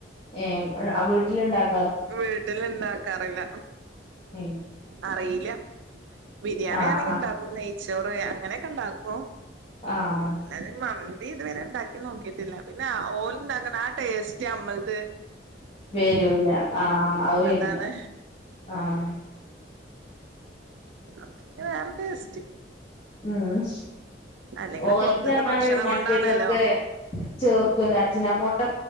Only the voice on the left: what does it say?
ഏ ആ വീട്ടിലുണ്ടാക
<unintelligible>
ആഹ്
ആഹ്
ആഹ്
വെരൂല്ല ആഹ് അത് വെരില്ല
ആഹ്
ഉം
ഓലത്
പറഞ്ഞാറ്
മറ്റേതൊക്കെ
ചേർ അജ് <inaudible> നമോ